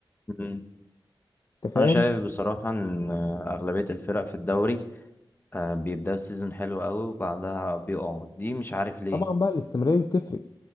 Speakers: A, on the left (about 25°); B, on the left (about 45°).
A: مم.
B: أنت فاهم؟
A: انا شايف بصراحة ان اغلبية الفرق في الدوري آه، بيبدأوا السيزون حلو قوي وبعدها بيقعوا دي مش عارف ليه
B: طبعا بقى الاستمرارية دي بتفرق